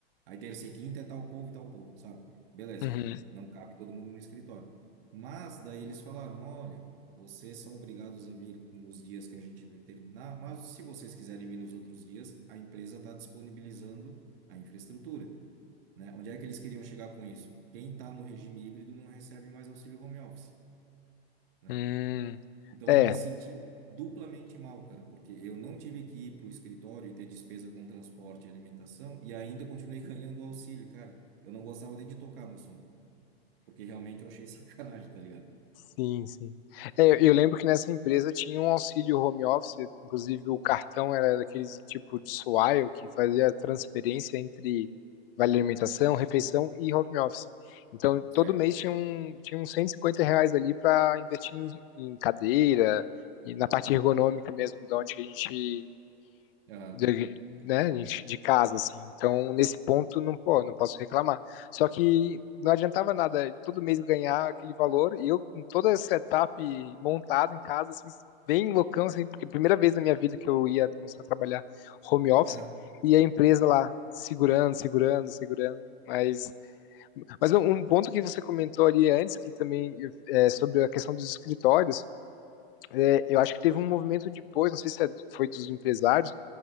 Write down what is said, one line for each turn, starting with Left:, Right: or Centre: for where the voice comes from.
Right: Aí terça e quinta é tal povo, tal povo, sabe? Beleza.
Left: uhum,
Right: Não cabe todo mundo no escritório. Mas daí eles falaram, olha, vocês são obrigados a vir nos dias que a gente determinar, mas se vocês quiserem vir nos outros dias, a empresa está disponibilizando a infraestrutura, né? Onde é que eles queriam chegar com isso? Quem está no regime híbrido não recebe mais auxílio home office, né?
Left: uhum.
Right: Então
Left: É,
Right: eu me senti duplamente mal, cara, porque eu não tive que ir para o escritório e ter despesa com transporte e alimentação e ainda continuei <laughs> ganhando o auxílio, cara. Eu não gostava nem de tocar no assunto, porque realmente eu achei <laughs> sacanagem, tá ligado?
Left: Sim, sim. É, eu eu lembro que nessa empresa tinha um auxílio home office, inclusive o cartão era daquele tipo de Swile que fazia a transferência entre vale alimentação, refeição e home office. Então,
Right: Sei.
Left: todo mês tinha, um, tinha uns 150 reais ali para investir em, em cadeira, e na parte ergonômica mesmo, de onde a gente
Right: Aham.
Left: de, né, de casa, assim. Então, nesse ponto, não, pô, não posso reclamar. Só que não adiantava nada todo mês ganhar aquele valor e eu, com toda essa etapa montada em casa, assim, bem loucão, assim, porque primeira vez na minha vida que eu ia começar a trabalhar home office
Right: Aham.
Left: e a empresa lá segurando, segurando, segurando. Mas, mas um um ponto que você comentou ali antes, que também é sobre a questão dos escritórios, é, eu acho que teve um movimento depois, não sei se é, foi dos empresários